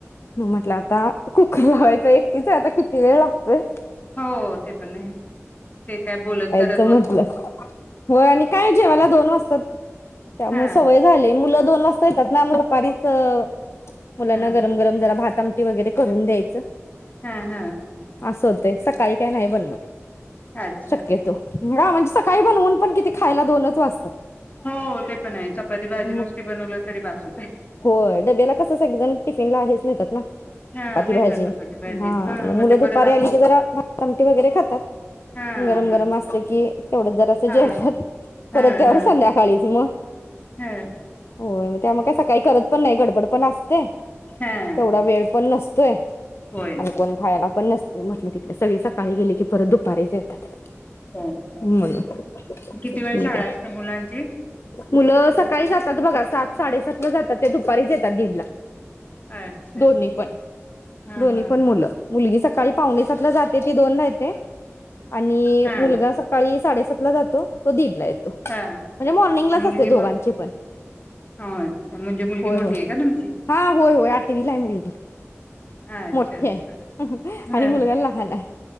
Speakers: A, on the left; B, on the left.
A: म म्हटलं आता कुकर लावायचा एकटीच आहे आता किती वेळ लागतोय
B: हो ते पण नाय ते काय बोलत तर
A: असं म्हटलं व्हयं आणि काय जेवाला दोन <inaudible> त्यामुळे
B: हा
A: सवय झाले मुल दोन वाजता येतात ना मग दुपारीच अ मुलांना
B: हा
A: गरम गरम जरा भात आमटी वगैरे करून द्यायचं.
B: हा हा
A: असं होतय सकाळी काय नाही बनवत.
B: अच्छा
A: शक्यतो हा म्हणजे सकाळी बनवून पण किती खायला दोनच वाजतात.
B: हो ते पण आहे चपाती भाजी
A: मग
B: नुसती बनवलं तरी बास होतय.
A: होय डब्याला कसं सगळे जण टिफिनला हेच नेतात ना चपाती
B: हा तेच
A: भाजी
B: ना चपाती भाजीच
A: हा मग मुलं
B: ते परत
A: दुपारी
B: आपलं
A: आली की जरा भातआमटी वगैरे खातात
B: हा
A: गरम
B: हा
A: गरम असल कि तेवढच जरासं
B: हा
A: जेवतात
B: हा
A: परत त्यावर
B: हा
A: संध्याकाळीच म
B: हा
A: होय मगं त्यामुळ काय सकाळी करत पण नाही गडबड पण असते.
B: हा
A: तेवढा वेळ पण नस <inaudible>
B: होय
A: आणि कोण खायला? पण नसते म्हटलं तिकडे सगळी सकाळी गेले की परत दुपारीच येतात.
B: हो
A: म्हणून
B: किती वेळ
A: ठीक
B: शाळा असते मुलांची
A: मुलं सकाळी जात तात बघा सात साडेसात ला जातात. ते दुपारीच येतात दीडला
B: अच्छा
A: दोन्ही
B: अच्छा
A: पण
B: हा
A: दोन्ही
B: हा
A: पण मुलं मुलगी सक काळी पावणे सातला जाते ती दोन ला येते. आणि
B: हा
A: मुलगा सकाळी साडेसात ला जातो तो दीडला येत तो म्हणजे
B: हा
A: मॉर्निंगलाच
B: मुलगी
A: असते दोघांचे
B: मग
A: पण
B: अच्छा म्हणजे मुलगी
A: होय
B: मोठी
A: होय
B: आहे का तुमची?
A: हा होय होय आठवीला आहे मुलगी.
B: अच्छा
A: मोठी
B: अच्छा
A: हाय
B: ह
A: आणि मुलगा लहान आहे.